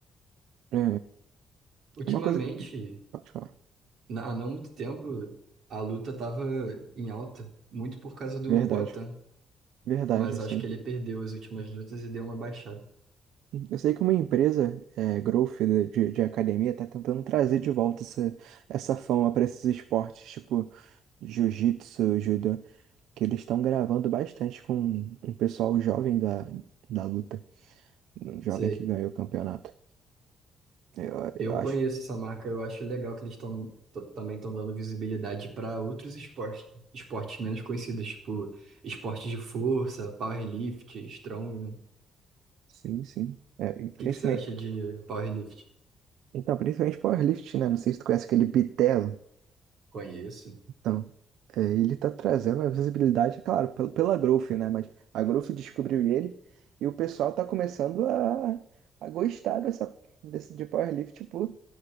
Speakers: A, on the right (about 85°); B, on the right (about 65°).
A: É,
B: Ultimamente,
A: uma coisa que. Pode falar.
B: na- há não muito tempo, a luta estava em alta, muito por causa do
A: Verdade.
B: Poatan.
A: Verdade,
B: mas
A: sim.
B: acho que ele perdeu as últimas lutas e deu uma baixada.
A: Eu sei que uma empresa, é, Growth de, de de academia, tá tentando trazer de volta essa, essa fama pra esses esportes, tipo jiu-jitsu, judô, que eles estão gravando bastante com um pessoal jovem da, da luta. Um jovem
B: Sei.
A: que ganhou o campeonato. Eu,
B: Eu
A: eu acho.
B: conheço essa marca, eu acho legal que eles estão também estão dando visibilidade para outros esportes, esportes menos conhecidos, tipo esportes de força, powerlift, strongman. O
A: Sim, sim. É, e principalmente,
B: que que você acha de powerlift?
A: então, principalmente powerlift, né? Não sei se tu conhece aquele Bitelo.
B: Conheço.
A: Então, é, ele tá trazendo a visibilidade, claro, pel- pela Growth, né? Mas a Growth descobriu ele e o pessoal tá começando a, a gostar dessa, desse, de powerlift por,